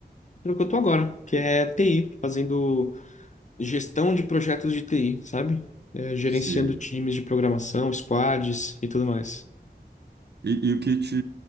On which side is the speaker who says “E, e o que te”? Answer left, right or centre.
Right